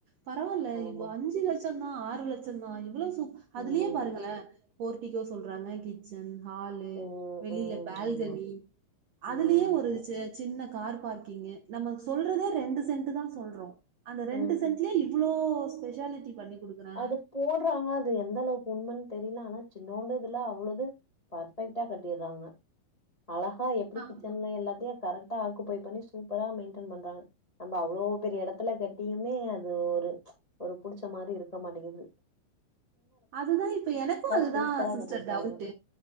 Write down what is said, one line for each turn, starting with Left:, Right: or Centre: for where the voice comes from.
Right: பரவால்ல
Left: ஆமா
Right: இப்போ அஞ்சு லட்ச லட்சந்தா ஆறு லட்சந்தா இவ்ளோ சு
Left: ம்
Right: அதுலேயே பாருங்களே போர்டிக்கோ சொல்றாங்க கிச்சன் ஹாலு
Left: ம்
Right: வெளில
Left: ம்
Right: பால்கனி
Left: ஆமா
Right: அதுலயே
Left: ம்
Right: ஒரு ச சின்ன கார் பார்க்கிங்கு நம்ம சொல்றதே ரெண்டு சென்ட் தா சொல்றோ அந்த
Left: ம்
Right: ரெண்டு சென்ட்லயே இவ்ளோ ஸ்பெஷாலிட்டி பண்ணி குடுக்குறேன்.
Left: அது போடுறாங்க அது எந்தளவுக்கு உண்மன் தெரில ஆனா சின்னோண்டு இதுல அவ்ளோஇது பர்ஃபெக்ட்டா கட்டிறாங்க அழகா எப்டி
Right: ஆமா.
Left: கிச்சன்ல எல்லாத்தயு கரெக்ட் டா ஆக்குபை பண்ணி சூப்பரா மெயின்டன் பண்றாங்க நம்ப அவ்ளோ பெரிய எடத்துல கட்டியுமே அது ஒரு ச் ஒரு புடிச்ச மாரி இருக் ருக்க மாட்டிங்குது
Right: அதுதான் இப்ப எனக்கும் அதுதான்
Left: சூப்பரா
Right: சிஸ்டர்
Left: கட்டிருக்காங்க
Right: டவுட்